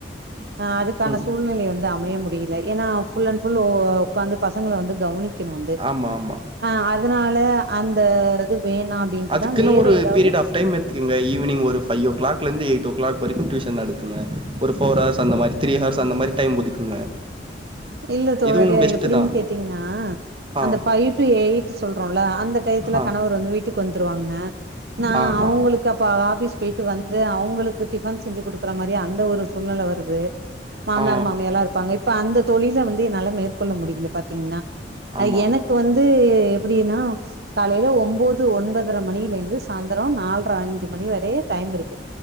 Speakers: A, on the right; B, on the right.
A: ஆ அதுக்கான
B: ம்
A: சூழ்நிலை வந்து அமைய முடியில எனா ஃபுல் அன் ஃபுல் உக்காந்து பசங்கள வந்து கவனிக்கணு வந்து
B: ஆமா ஆமா
A: ஆ அதனால அந்த இது வேணா அப்டின்ட்டுதா
B: அதுக்குன்னு
A: வேற
B: ஒரு
A: ஏதாவது
B: பீரியட் ஆப் டைம் எடு இங்க ஈவினிங் ஒரு ஃபை ஓ கிளாக்லேந்து எய்ட் ஓ கிளாக் வரைக்கு டியூஷன் நடத்துங்க ஒரு போர்ரார்ஸ் அந்த மாரி த்ரீ ஹார்ஸ் அந்தமாரி டைம் ஒதுக்குங்க
A: இல்ல தோழரே
B: இதுவு பெஸ்ட்டு
A: அது எப்டின்னு
B: தா
A: கேட்டீங்கன்னா
B: ஆ
A: அந்த பைவ் டு எயிட் சொல்றோல்ல அந்த டயத்துல
B: ஆ
A: கணவர் வந்து வீட்டுக்கு வந்துருவாங்க நா
B: ஆ
A: அவுங்களுக்கு
B: ஆ
A: அப்ப ஆ ஆபிஸ் போயிட்டு வந்து அவுங்களுக்கு டிஃபன் செஞ்சு குடுக்குற மாரியே அந்த ஒரு சூழ்நில வருது மாமனார்
B: ஆ
A: மாமியல்லா இருப்பாங்க இப்ப அந்த தொழில வந்து என்னால மேற்கொள்ள முடியல பாத்தீங்கன்னா
B: ஆமா
A: அ
B: ஆமா
A: எனக்கு வந்து எப்டினா காலையில ஒம்போது ஒன்பதர மணியிலேந்து சாந்தர நால்ர அஞ்சு மணி வரய டைம் இருக்கு கே